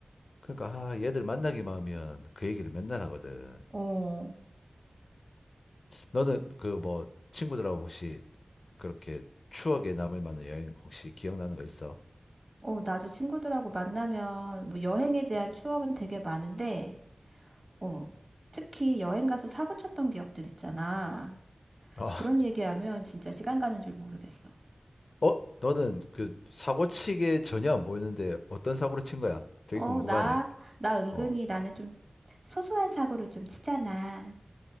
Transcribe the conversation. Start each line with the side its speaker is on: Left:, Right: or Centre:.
Left: 그러니까 아, 얘들 만나기만 하면 그 얘기를 맨날 하거든.
Right: 어.
Left: 너는 그 뭐 친구들하고 혹시 그렇게 추억에 남을 만한 여행 혹시 기억나는 거 있어?
Right: 어, 나도 친구들하고 만나면 뭐 여행에 대한 추억은 되게 많은데, 어, 특히 여행 가서 사고 쳤던 기억들 있잖아.
Left: 어,
Right: 그런 얘기하면 진짜 시간 가는 줄 모르겠어.
Left: <laughs> 어? 너는 그 사고 치게 전혀 안 보이는데 어떤 사고를 친 거야? 되게
Right: 어,
Left: 궁금하네.
Right: 나, 나 은근히
Left: 어.
Right: 나는 좀 소소한 사고를 좀 치잖아.